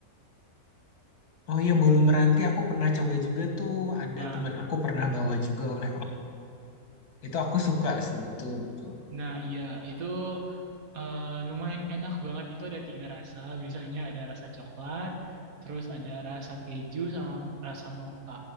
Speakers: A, on the left; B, on the right.
A: oh iya bolu meranti aku pernah coba juga tuh. Ada
B: Nah,
A: teman aku pernah bawa juga oleh Itu aku suka sih, betul betul.
B: nah iya itu Eh, lumayan enak banget itu ada tiga rasa biasanya ada rasa coklat terus ada rasa keju sama rasa mocha